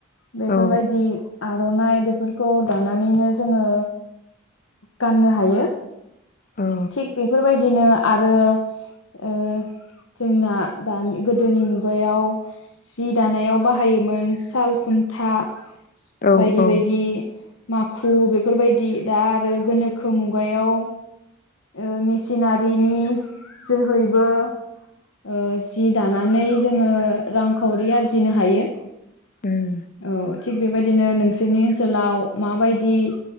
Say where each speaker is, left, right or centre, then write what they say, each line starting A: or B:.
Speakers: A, on the left; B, on the left.
A: बेफोरबायदि
B: औ
A: आरनाइ बेफोरखौ दानानैनो जोङो गाननो हायो
B: औ
A: थिग बेफोरबायदिनो आरो ओ जोंना दा गोदोनि मुगायाव जि दानायाव बाहा बाहायोमोन साल खुन्था
B: औ
A: बायदि बायदि।
B: औ
A: माखु बेफोरबायदि दा आरो गोनोखो मुगायाव ओ मिसिनारिनि जोहैबो ओ जि दानानै जोङो रांखावरि आरजिनो हायो।
B: उम
A: औ थिग बेबायदिनो नोंसोरनि ओनसोलाव माबायदि